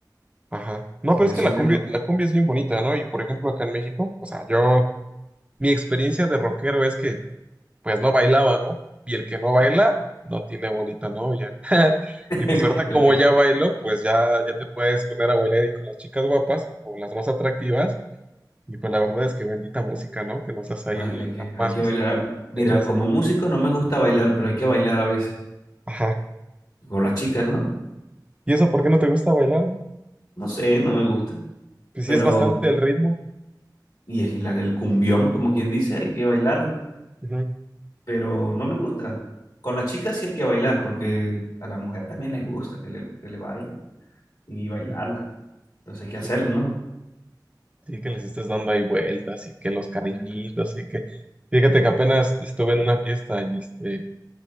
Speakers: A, on the right (about 15°); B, on the left (about 60°).
A: ajá. No,
B: Se-
A: pero es
B: Es
A: que la
B: una,
A: cumbia, la cumbia es bien bonita, ¿no? Y por ejemplo acá en México, o sea, yo, mi experiencia de rockero es que pues no bailaba, ¿no? Y el que no baila, no tiene bonita novia. <laughs>
B: <laughs>
A: Y pues ahorita
B: El
A: como
B: que,
A: ya bailo, pues ya, ya te puedes poner a bailar y con las chicas guapas o las más atractivas. Y pues la verdad es que bendita música, ¿no? Que nos hace
B: no,
A: ahí
B: hay,
A: ligar
B: hay que, hay
A: más
B: que
A: fácil.
B: bailar.
A: con
B: Ah, Mira,
A: las muchachas.
B: como músico no me gusta bailar, pero hay que bailar a veces.
A: Ajá.
B: Con las chicas, ¿no?
A: ¿Y eso por qué no te gusta bailar? eh?
B: No sé, no me gusta.
A: Pues
B: Pero,
A: sí es bastante el ritmo.
B: y es la, el cumbión, como quien dice, hay que bailarlo.
A: Ujú,
B: Pero no me gusta. Con las chicas sí hay que bailar, porque a la mujer también le gusta que le, que le bailen y bailarla.
A: ujú.
B: Entonces hay que hacerlo,
A: Sí,
B: ¿no?
A: sí, que les estés dando ahí vueltas y que los cariñitos y que... Fíjate que apenas estuve en una fiesta y este...